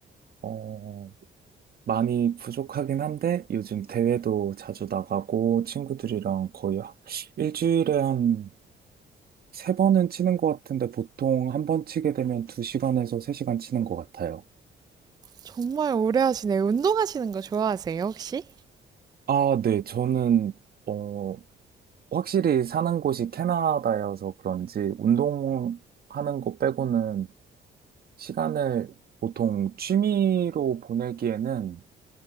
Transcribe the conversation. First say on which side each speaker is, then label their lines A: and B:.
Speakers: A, on the right; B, on the right.
A: 어, 많이 부족하긴 한데, 요즘 대회도 자주 나가고, 친구들이랑 거의 하- 일주일에 한 세 번은 치는 것 같은데, 보통 한 번 치게 되면 두 시간에서 세 시간 치는 것 같아요.
B: 정말 오래 하시네요. 운동하시는 거 좋아하세요, 혹시?
A: 아, 네. 저는, 어, 확실히 사는 곳이 캐나다여서 그런지 운동하는 거 빼고는 시간을 보통 취미로 보내기에는